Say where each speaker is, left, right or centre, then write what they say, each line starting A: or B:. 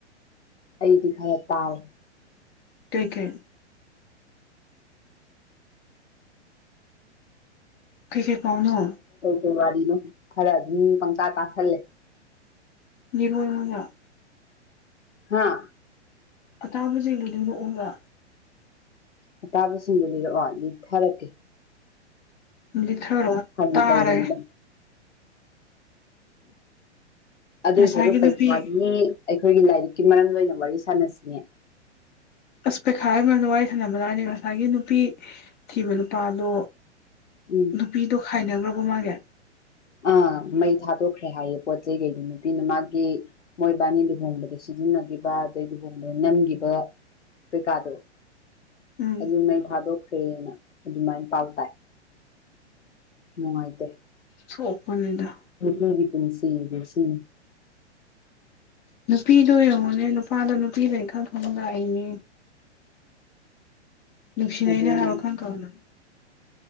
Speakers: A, on the left; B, on the left.
A: ꯑꯩꯗꯤ ꯈꯔ ꯇꯥꯏ
B: ꯇꯦꯛꯀꯦꯜ ꯀ꯭ꯀꯦꯠ ꯄꯥꯎꯅꯣ
A: ꯀ ꯋꯥꯔꯤꯅꯣ ꯈꯔ ꯑꯗꯨꯝ ꯄꯪꯇꯥꯥ ꯇꯥꯁꯜꯂꯦ
B: ꯖꯤꯕꯣꯏ ꯃꯉꯌꯥꯝ
A: ꯍꯥꯥ
B: ꯑꯇꯥꯕꯁꯤꯡꯗꯨ ꯂꯔꯣꯛꯑꯒ
A: ꯑꯇꯥꯕꯁꯤꯡꯗꯨꯣ ꯂꯤꯔꯛꯑꯣ ꯂꯤ ꯊꯥꯔꯛꯀꯦ ꯎ
B: ꯂꯤꯊꯔꯛꯑꯣ
A: ꯍꯧ
B: ꯇꯥꯔꯒꯦ
A: ꯇꯧꯕꯅꯤꯅ ꯑꯗꯨꯗ
B: ꯉꯁꯥꯏꯒꯤ
A: ꯁꯔ ꯄꯩꯅꯤ
B: ꯅꯨꯄꯤ
A: ꯑꯩꯈꯣꯏꯒꯤ ꯂꯥꯏꯔꯤꯛꯀꯤ ꯃꯔꯝ ꯑꯣꯏꯅ ꯋꯥꯔꯤ ꯁꯥꯟꯅꯁꯤꯅꯦ
B: ꯑꯁ ꯄꯩꯈꯥꯔꯗ ꯋꯥꯔꯤ ꯁꯅꯕ ꯇꯅꯤ ꯉꯁꯥꯏꯒꯤ ꯅꯨꯄꯤ ꯊꯤꯕ ꯅꯨꯄꯥꯗꯣ
A: ꯎꯝ
B: ꯅꯨꯄꯤꯗꯣ ꯈꯥꯏꯅꯈ꯭ꯔꯕꯣ ꯃꯥꯒ
A: ꯑꯥ ꯃꯩ ꯊꯥꯗꯣꯛꯈ꯭ꯔꯦ ꯍꯥꯏꯌꯦ ꯄꯣꯠ ꯆꯩ ꯀꯩꯗ ꯅꯨꯄꯤꯅ ꯃꯥꯒꯤ ꯃꯣꯏꯕꯥꯅꯤ ꯂꯨꯍꯣꯡꯕꯗ ꯁꯤ ꯁꯤꯖꯤꯟꯅꯈꯤꯕ ꯑꯗꯩꯗꯨꯒꯨꯝꯕ ꯅꯝꯈꯤꯕ ꯀꯩꯀꯥꯗꯣ
B: ꯎꯝ
A: ꯑꯗꯨ ꯑꯗꯨ ꯅ ꯊꯥꯗꯣ ꯈ꯭ꯔꯦꯅ ꯑꯗꯨꯃꯥꯏꯅ ꯄꯥꯎ ꯇꯥꯏ ꯅꯨꯡꯉꯥꯏꯇꯦ
B: ꯁꯄꯅꯤꯗ
A: ꯃꯜꯒꯤ ꯀ ꯁꯤ ꯁꯤ
B: ꯅꯨꯄꯤꯗꯣ ꯌꯦꯡꯉꯣꯅꯦ ꯅꯨꯄꯥꯗꯣ ꯅꯨꯄꯤꯗꯩꯀꯥ ꯊꯣꯡ ꯂꯥꯛꯏꯅꯦ ꯂꯅꯨꯡꯁꯤꯅꯅ
A: ꯑꯗꯨꯅ
B: ꯊꯥ ꯈꯪ ꯈꯪꯡꯅ